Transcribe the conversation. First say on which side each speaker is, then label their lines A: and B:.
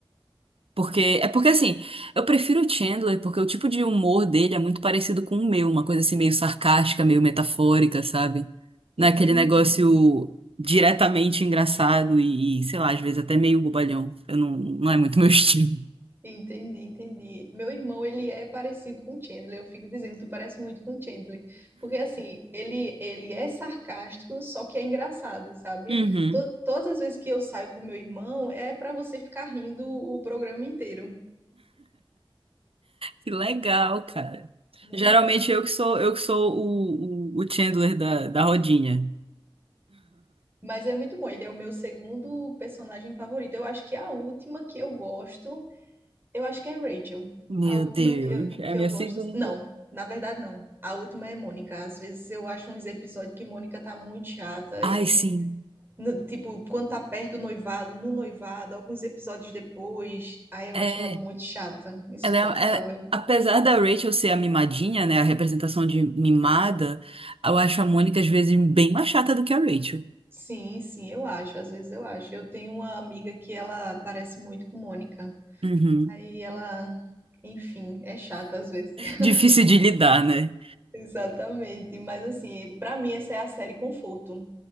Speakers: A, on the right; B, on the right.
A: Porque, é porque assim, eu prefiro o Chandler porque o tipo de humor dele é muito parecido com o meu, uma coisa assim meio sarcástica, meio metafórica, sabe?
B: Entendi.
A: Não é aquele negócio diretamente engraçado e, e, sei lá, às vezes até meio bobalhão. Eu não, não é muito <laughs> meu estilo.
B: Entendi, entendi. Meu irmão, ele é parecido com o Chandler. Eu fico dizendo, tu parece muito com o Chandler. Porque, assim, ele, ele é sarcástico, só que é engraçado, sabe?
A: Uhum.
B: To- todas as vezes que eu saio com meu irmão, é para você ficar rindo o programa inteiro.
A: Que legal, cara.
B: Não
A: Geralmente
B: é?
A: eu que sou, eu que sou o, o, o Chandler da, da rodinha.
B: Mas é muito bom. Ele é o meu segundo personagem favorito. Eu acho que é a última que eu gosto. Eu acho que é Rachel.
A: Meu
B: A última
A: Deus,
B: que eu,
A: é
B: que
A: a minha
B: eu gosto.
A: segunda.
B: assim, Não, na verdade, não. A última é Mônica. Às vezes eu acho uns episódios que Mônica tá muito chata
A: Ai,
B: e,
A: sim.
B: no- tipo, quando tá perto do noivado, no noivado, alguns episódios depois, aí eu
A: É,
B: acho ela muito chata, insuportável.
A: Ela é- né, é- apesar da Rachel ser a mimadinha, né, a representação de mimada, eu acho a Mônica às vezes bem mais chata do que a Rachel.
B: Sim, sim, eu acho. Às vezes eu acho. Eu tenho uma amiga que ela parece muito com Mônica.
A: Uhum.
B: Aí ela, enfim, é chata às vezes. <laughs>
A: Difícil de lidar, né?
B: Exatamente. Mas, assim, pra mim, essa é a série conforto.